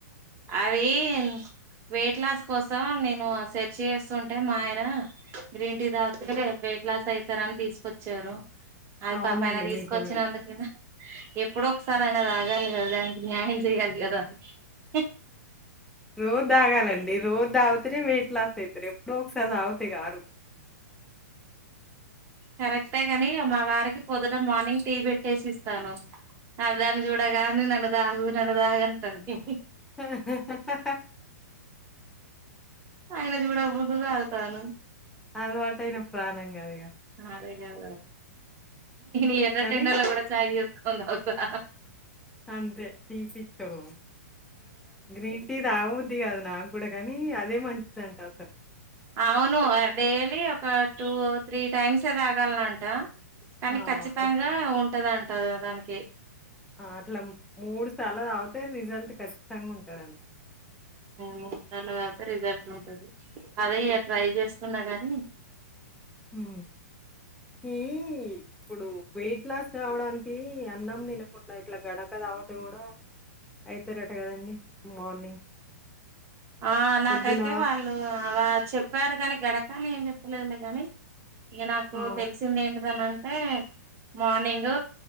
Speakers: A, on the right; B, in the centre.
A: అదేన్ వెయిట్ లాస్ కోసం నేను సెర్చ్ చేస్తుంటే మా ఆయన గ్రీన్ టీ తాగితే వేట్లాస్ అవుతారని తీసుకొచ్చారు అది
B: అవునండి
A: పాపం అయిన తీసుకొచ్చినందుకనా
B: నిజమే
A: ఎప్పుడ ఒకసారి ఆయన తగాలి కదా దానికి న్యాయం చెయ్యాలి కదా అది
B: రోజు తాగాలండి రోజు తాగుతేనే వెయిట్ లాస్ అయితరు ఎప్పుడో ఒకసారి తాగితే కారు
A: కరెక్టే గాని మా వారికి పొద్దుట మార్నింగ్ టీ పెట్టేసి ఇస్తాను అ దాన్ని చూడగాని నన్ను తాగు నన్ను దాగంటుంది
B: నవ్వు సౌండ్
A: ఆయన చూడక ముందు తాగుతాను
B: అలవాటైన ప్రాణం ఇగ
A: అదే కదా ఈ ఎర్రటి
B: కానీ
A: ఎండల గుడ చాయ్ చేసుకొని తాగుతున్నారా
B: అంతే టీ పిచ్చోళ్ళ గ్రీన్ టీ తాగద్ది బుద్ధి నాకు కూడా కానీ అదే మంచిదంట అసలు
A: అవును డైలీ ఒక టూ త్రీ టైమ్స్ తాగాలంట కానీ
B: ఆ!
A: ఖచ్చితంగా
B: పొద్
A: ఉంటదింటారు దానికి
B: ఆ! అట్లా మూడు సార్లు తాగితే రిజల్ట్ ఖచ్చితంగా ఉంటదట
A: మూడు నార్లు కాతే రిజల్ట్ ఉంటది అదే ఇ ట్రై చేస్తున్నా గాని
B: ఉ ఊ ఇప్పుడు వెయిట్ లాస్ కావడానికి అన్నం తినకుండా ఇట్లా గడక తగీతే కూడా వెయిట్ లాస్ అయితారట కదండి మార్నింగ్
A: ఆ నాకైతే
B: పొద్దున
A: వాళ్ళు చెప్పారు గాని గడకని ఏం చెప్పలేదులే గాని ఇక నాకు
B: ఆ!
A: తెలిసింది ఏంటిదనంటే morning